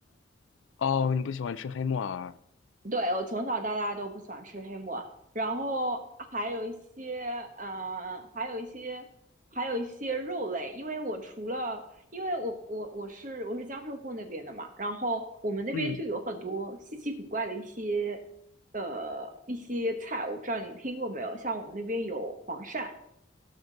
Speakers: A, on the left; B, on the right.
A: 哦，你不喜欢吃黑木耳？
B: 对，我从小到大都不喜欢吃黑木，耳，然后还有一些，呃，还有一些，还有一些肉类，因为我除了，因为我我我是我是江浙沪那边的嘛，然后我们那边就有很多稀奇古怪的一些，
A: 嗯
B: 呃，一些菜，我不知道你听过没有，像我们那边有黄鳝，